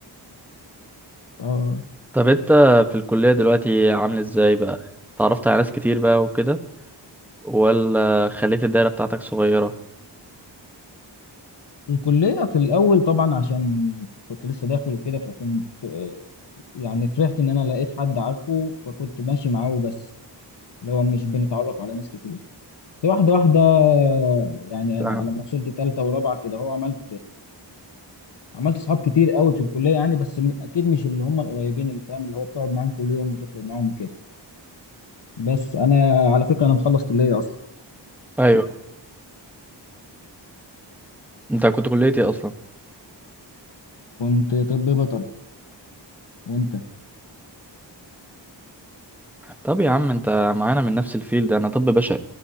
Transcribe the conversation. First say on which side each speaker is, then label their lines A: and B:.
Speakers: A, on the left; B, in the centre.
A: آه
B: طب أنت في الكلية دلوقتي عامل إزاي بقى؟ اتعرفت على ناس كتير بقى وكده ولا خليت الدايرة بتاعتك صغيرة؟
A: الكلية في الأول طبعا عشان كنت لسه داخل وكده فكنت آه، يعني فرحت إن أنا لقيت حد عارفه فكنت ماشي معاه بس اللي هو مش بنتعرف على ناس كتير بس واحدة واحدة يعني
B: فاهم.
A: على ما وصلت تالتة ورابعة كده هو عملت عملت صحاب كتير قوي في الكليه يعني بس م- اكيد مش اللي هم القريبين اللي فاهم اللي هو بتقعد معاهم كل يوم وتخرج معاهم وكده بس انا على فكره انا مخلص كليه اصلا
B: أيوه أنت كنت كليتي أصلا
A: كنت طب بيطري وانت
B: طب يا عم أنت معانا من نفس الفيلد أنا طب بشري